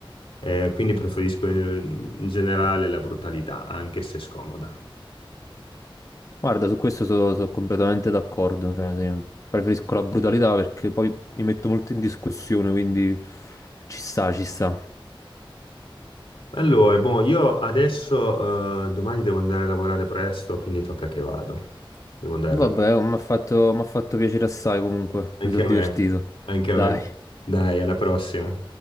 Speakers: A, on the left (about 80°); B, on the left (about 35°).
A: Eh, quindi preferisco eh, in generale la brutalità, anche se scomoda.
B: Guarda, su questo sono completamente d'accordo. Cioè, sì, preferisco la brutalità perché poi mi metto molto in discussione, quindi ci sta, ci sta.
A: Allora, boh, io adesso eh, domani devo andare a lavorare presto, quindi tocca che vado. Devo andare
B: Vabbè,
A: a dormire.
B: mi ha fatto, m'ha fatto piacere assai comunque,
A: Anche
B: mi sono
A: a
B: divertito.
A: me, anche
B: Dai.
A: a me. Dai, alla prossima.